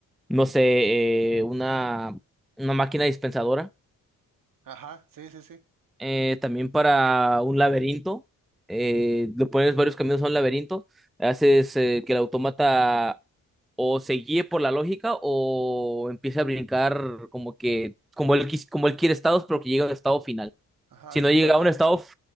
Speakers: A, in the centre; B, on the right.
A: no sé, eh, una, una máquina dispensadora,
B: Ajá, sí, sí, sí.
A: eh, también para un laberinto. Eh, le pones varios caminos a un laberinto, haces eh, que el autómata o se guíe por la lógica o empiece a brincar como que, como él, quis- como él quiere estados, pero que llegue a un estado final.
B: Ajá,
A: Si
B: aleato-
A: no llega a un estado, f-